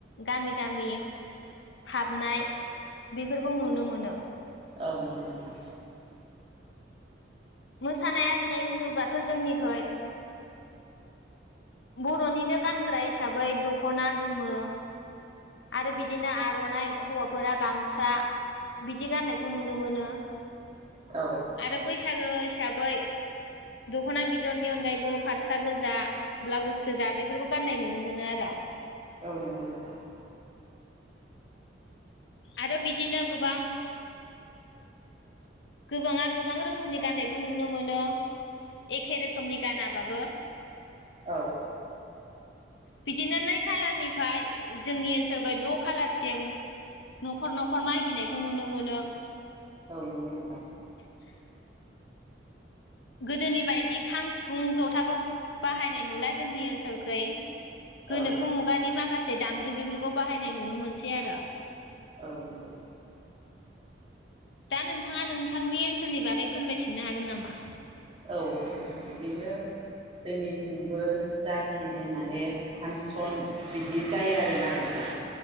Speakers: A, on the left (about 70°); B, on the right (about 35°).
A: गामि गामि हाबनाय बेफोरखौ नुनो मोनो
B: औ नंगौ नोंथां
A: मोसानाय आरिनाय होनोब्लाथ' जोंनिखै बर'निनो गानग्रा हिसाबै दख'ना गोमो आरो बिदिनो आर'नाइ हौवाफोरा गामसा बिदि गाननायखौ नुनो मोनो
B: औ
A: आरो बैसागो हिसाब बै दख'ना बिदननि अनगायैबो फारसा गोजा ब्लाउस गोजा बेफोरखौ गान्नाय नुनो मोनो आरो
B: औ नंगौ नोंथां
A: आरो बिदिनो गोबां गोबाङा गोबां रोखोमनि गाननायबो नुनो मोनो एखे रोखोमनि गानाबाबो
B: औ
A: बिदिनो नै खालारनिफाय जोंनि ओनसोलखै द' खालारसिम न'खर न'खर मागिनायखौ नुनो मोनो
B: औ नंगौ नोंथां
A: <inaudible> गोदोनि बायदि खाम, सिफुं, जथाखौ बाहायनाय नुला जोंनि ओनसोलखै गोनोखो
B: औ
A: मुगानि माखासे दामजु बेफोरखौ बाहायनाय नुनो मोनसै आरो
B: औ नंगौ
A: दा नोंथाङा नोंथांनि ओनसोलनि बागै फोरमायफिननो हागोन नामा
B: औ हागोन बिदिनो जोंनिथिंबो जाखिनि माने फानसन बिदि जायो आरोना नोंथां